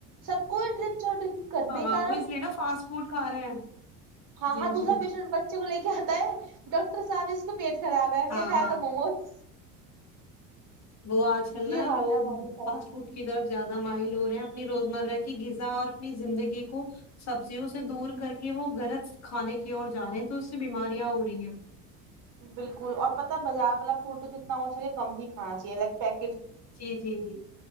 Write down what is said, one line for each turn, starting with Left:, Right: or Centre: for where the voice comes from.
Right: سب کو ڈرپ چل ڈرپنگ کرنے
Left: ہاںاں
Right: کے کارن
Left: وہ اس لیے نا فاسٹ فوڈ کھا رہے ہیں
Right: ہاں
Left: جی
Right: ہاں دوسرایشنٹ
Left: جی
Right: بچے کو لے کے کیاتا ہے ڈاکٹر صاحب اس کو پیٹ خراب ہے
Left: ہاں
Right: کیا کھایا
Left: ہاں
Right: تھا مووموز
Left: وہ آج کل نا
Right: یہ حال
Left: لوگ
Right: ہے ہمارے سائڈ
Left: فاسٹ فوڈ کی طرف زیادہ ماہل ہو رہے ہیں اپنی روزمرہ کی غذا اور اپنی زندگی کو سبزیوں سے دور کر کے وہ غلط کھانے کی اور جا رہے ہیں تو اس سے بیماریاں ہو رہی ہیں
Right: بالکل اور پت بازار والا فوڈ تو جتنا ہو سکے کم ہی کھانا چاہیے لائک پیک
Left: جی جی جی